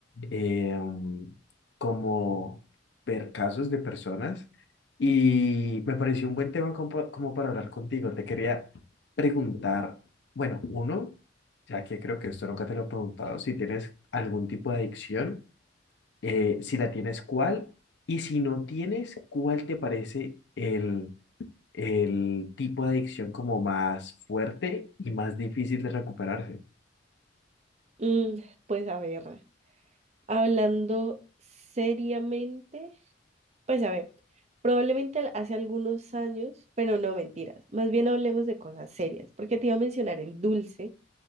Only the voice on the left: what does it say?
eh, como ver casos de personas y me pareció un buen tema como, pa- como para hablar contigo. Te quería preguntar, bueno, uno. Ya que creo que esto nunca te lo he preguntado, si tienes algún tipo de adicción, eh, si la tienes, ¿cuál? Y si no tienes, ¿cuál te parece el, el tipo de adicción como más fuerte y más difícil de recuperarse?